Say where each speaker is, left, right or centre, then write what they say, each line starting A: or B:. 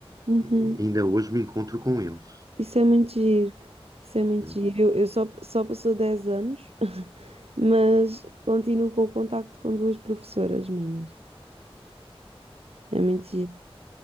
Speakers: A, on the right; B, on the right.
A: uhum.
B: eh, ainda hoje me encontro com eles.
A: Isso é muito giro. Isso é muito
B: né?
A: giro. Eu, eu só, só passou 10 anos, <laughs> mas continuo com o contacto com duas professoras minhas. É muito giro.